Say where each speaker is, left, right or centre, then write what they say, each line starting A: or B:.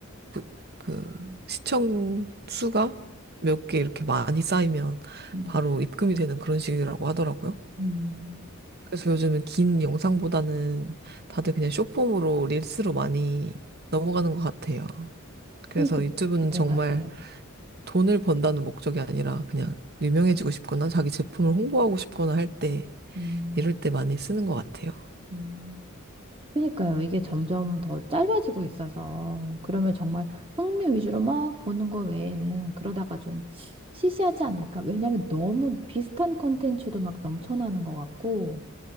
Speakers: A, on the right (about 50°); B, on the right (about 25°).
A: 그, 그 시청 수가 몇 개 이렇게 많이 쌓이면
B: 음.
A: 바로 입금이 되는 그런 식이라고 하더라고요.
B: 음.
A: 그래서 요즘은 긴 영상보다는 다들 그냥 숏폼으로 릴스로 많이 넘어가는 것 같아요. 그래서
B: 그러니까
A: 유튜브는
B: 네,
A: 정말
B: 맞아요.
A: 돈을 번다는 목적이 아니라 그냥 유명해지고 싶거나 자기 제품을 홍보하고 싶거나 할 때,
B: 음.
A: 이럴 때 많이 쓰는 것 같아요.
B: 음. 그러니까요. 이게 점점 더 짧아지고 있어서 그러면 정말 흥미 위주로 막 보는 거 외에는 그러다가 좀 시시하지 않을까? 왜냐하면 너무 비슷한 컨텐츠도 막 넘쳐나는 것 같고